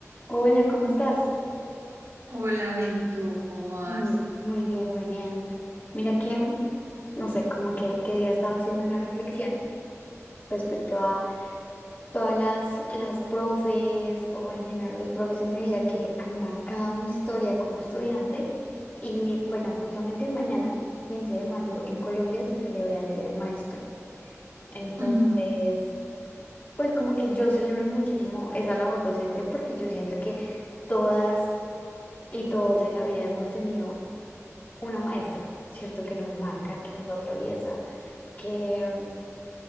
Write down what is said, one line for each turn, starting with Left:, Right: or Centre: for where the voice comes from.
Left: Hola, ¿cómo estás?
Right: Hola, bien, ¿y tú cómo vas?
Left: Mm, Muy bien, muy bien. Mira que, mm, no sé, como que, que día he estado haciendo una reflexión respecto a todas las, las profes o en general los profes en mi vida que han marcado mi historia como estudiante. Y bueno, justamente mañana, 15 de mayo, en Colombia se celebra el Día del Maestro. Entonces,
Right: Ujú.
Left: pues como que yo celebro muchísimo esa labor docente porque yo siento que todas y todos en la vida hemos tenido una maestra, ¿cierto? Que nos marca, que nos atraviesa, que mm,